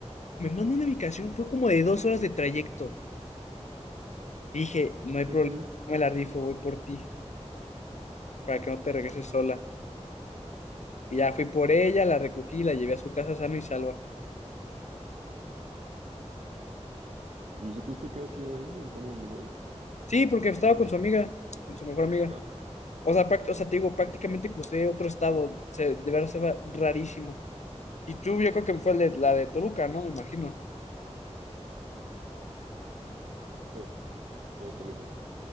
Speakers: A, on the left; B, on the right.
A: Me mandó una ubicación, fue como de dos horas de trayecto. Y Dije, no hay
B: ¿Qué
A: problema,
B: hacía ahí?
A: me la rifo, voy por ti, para que no te regreses sola. Y ya fui por ella, la recogí, la llevé a su casa sana y salva.
B: ¿Y supiste qué hacía ahí o cómo llegó ahí?
A: Sí, porque estaba con su amiga, con su mejor amiga.
B: Ah,
A: O sea, práct- o sea, te digo, prácticamente crucé otro estado, se, de verdad se va rarísimo. Y tú, yo creo que fue el de- la de Toluca, ¿no? Me imagino.
B: sí, ya de Toluca.